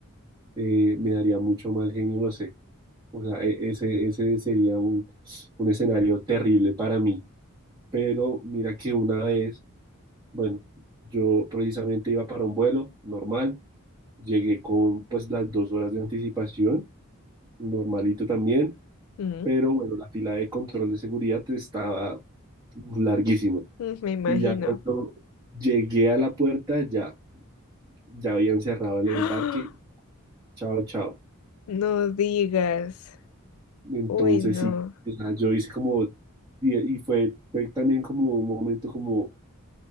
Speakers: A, on the right; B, on the left.
A: eh, me daría mucho mal genio, no sé, o sea, e- ese, ese sería un, un escenario terrible para mí. pero mira que una vez, bueno, yo precisamente iba para un vuelo normal, llegué con pues las dos horas de anticipación, normalito también,
B: Mm,
A: pero bueno, la fila de control de seguridad estaba larguísima
B: mm, Me imagino.
A: y ya cuando llegué a la puerta ya, ya habían cerrado
B: <gasps>
A: el embarque,
B: ¡Ah!
A: chao, chao.
B: No digas.
A: Entonces
B: Uy, no.
A: sí, o sea, yo hice como, y, y fue, fue también como un momento como